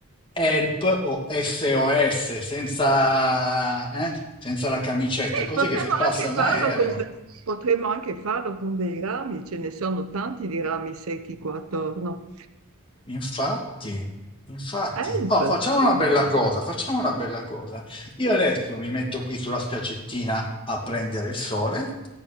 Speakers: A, on the left; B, on the right.
A: help o SOS senza, eh, senza la camicetta,
B: Sì,
A: così
B: potremmo
A: che se passa
B: anche
A: un
B: farlo
A: aereo.
B: con, de- potremmo anche farlo con dei rami, ce ne sono tanti di rami secchi qua attorno.
A: Infatti, infatti.
B: Help,
A: Oh, facciamo
B: sì,
A: una bella
B: sì,
A: cosa, facciamo una bella cosa. Io adesso mi metto qui sulla spiaggettina a prendere il sole,